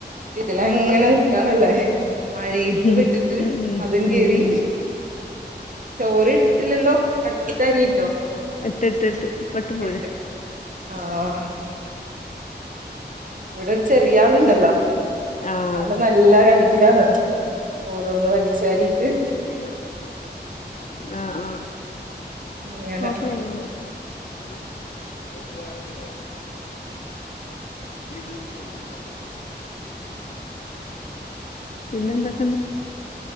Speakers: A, on the right; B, on the left.
A: ഇതിലങ്ങനെ നിക്കാണല്ലേ. മഴയത്ത്
B: ഉം
A: വിട്ടിട്ട്
B: ഉം ഉം
A: അതും കേറി.
B: ഉം ഉം
A: ചോറ് ഇട്ടിട്ടില്ലല്ലോ അടുപ്പത്ത് അരിയിട്ടോ?
B: ഇട്ട് ഇട്ട് ഇട്ട് ഇപ്പം ഇട്ട് പോരുവാ.
A: എട്ടക്ക് ആഹ് ഇവിടെ ഒരു ചെറിയ ആളുണ്ടല്ലോ
B: ആഹ്
A: ആള് നല്ല കളിയിലാണ്. ഓരോന്ന് വലിച്ച് വാരിയിട്ട്.
B: ഈവർക്കിട്ടും <inaudible> ആഹ് ആഹ്
A: ഇങ്ങനെ
B: കൊപ്പായന്നൊള്ളൂ. ഉം തുത്തുവാരിയില്ലേ കളർ നോക്കി. ഈ ബ്ലൂ നല്ല ടോപ്പുണ്ട്. പിന്നെ എന്തൊക്കെയുണ്ട്.